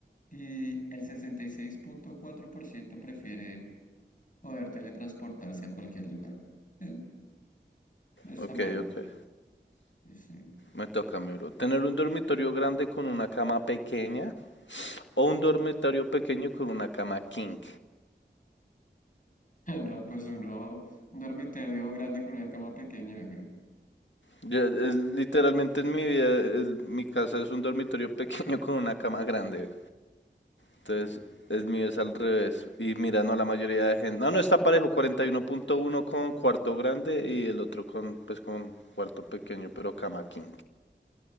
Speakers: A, on the left (about 45°); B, on the left (about 80°).
A: Y el sesenta y seis punto cuatro por ciento prefiere poder teletransportarse a cualquier lugar. Eh, No está
B: Ok,
A: mal.
B: ok.
A: Eh, Sí.
B: Me toca, mi bro. Tener un dormitorio grande con una cama pequeña o un dormitorio pequeño con una cama king.
A: <laughs> No, pues uno, un dormitorio grande con una cama pequeña, güey.
B: Yo, es, literalmente en mi vida, es- mi casa es un dormitorio <laughs> pequeño con una cama grande. Entonces, el mío es al revés. Y mira, no, la mayoría de gente. No, no está parejo. 41.1 con cuarto grande y el otro con, pues, con cuarto pequeño, pero cama king.